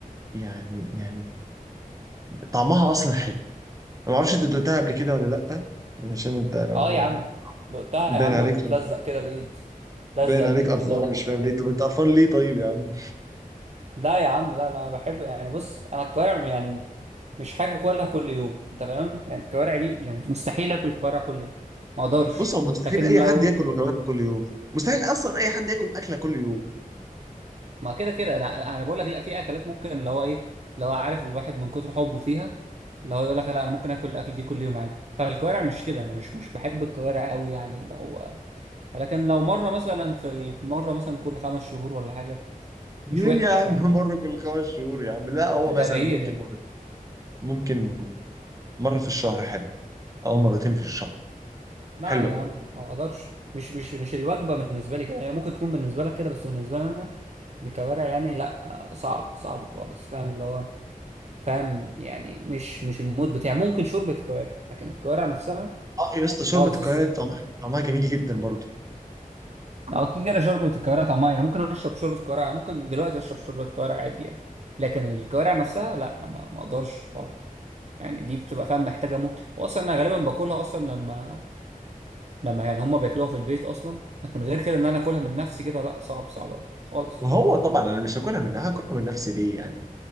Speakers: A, on the right; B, on the right.
A: يعني يعني طعمها اصلا حلو انا ما اعرفش انت دقتها قبل كده ولا لا يعني عشان انت لو
B: اه
A: ما-
B: يا عم دقتها
A: باين
B: يا عم
A: عليك
B: وبتلزق كده الايد بتلزق
A: باين عليك
B: الايد
A: قرفان
B: كده و...
A: مش فاهم ليه طب انت قرفان ليه طيب يا عم
B: لا يا عم لا لا انا بحب يعني بص انا الكوارع يعني مش حاجه اكلها كل يوم انت فاهم يعني الكوارع دي يعني مستحيل اكل كوارع كل يوم ما اقدرش
A: بص هو مستحيل
B: لكن
A: اي
B: لو
A: حد ياكل مكرونه كل يوم مستحيل اصلا اي حد ياكل اكله كل يوم
B: ما كده كده انا أنا بقول لك لا في اكلات ممكن اللي هو ايه اللي هو عارف الواحد من كتر حبه فيها اللي هو يقول لك لا انا ممكن اكل الاكل دي كل يوم عادي فالكوارع مش كده انا مش مش بحب الكوارع قوي يعني اللي هو ولكن لو مره مثلا في المره مثلا كل خمس شهور ولا حاجه
A: ليه
B: مش وحش
A: يا عم
B: فاهم
A: مره كل خمس شهور يا عم لا هو
B: كتغيير
A: مثلا ممكن
B: يعني
A: مرة ممكن مره في الشهر حلو او مرتين في الشهر
B: لا
A: حلو
B: يا
A: قوي
B: عم ما اقدرش مش مش مش الوجبه بالنسبه لي كده هي ممكن تكون بالنسبه لك كده بس بالنسبه لي انا الكوارع يعني لا آه، صعب صعب خالص فاهم اللي هو فاهم يعني مش مش المود بتاعي ممكن شوربه كوارع لكن الكوارع نفسها
A: اه يا اسطى شوربه
B: خالص
A: الكوارع
B: اصلا
A: دي طعمها طعمها جميل جدا برضه
B: او كده كده شوربه الكوارع طعمها يعني ممكن اشرب شوربه كوارع ممكن دلوقتي اشرب شوربه كوارع عادي يعني لكن الكوارع نفسها لا انا ما اقدرش خالص يعني دي بتبقى فاهم محتاجه موت واصلا انا غالبا باكلها اصلا لما لما يعني هما بياكلوها في البيت اصلا لكن غير كده ان انا اكلها من نفسي كده لا صعب صعب أوي خالص
A: وهو طبعا انا مش هاكلها منها هاكلها من نفسي ليه يعني